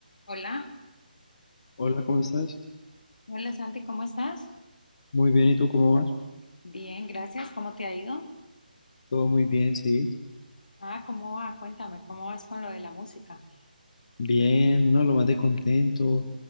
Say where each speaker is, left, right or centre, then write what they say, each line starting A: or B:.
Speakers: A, on the left (about 55°); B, on the left (about 40°).
A: Hola,
B: Hola, ¿cómo estás?
A: hola Santi, ¿cómo estás?
B: Muy bien, ¿y tú cómo vas?
A: Bien, gracias. ¿Cómo te ha ido?
B: Todo muy bien, sí.
A: Ah, ¿cómo va? Cuéntame, ¿cómo vas con lo de la música?
B: Bien, no, lo más de contento,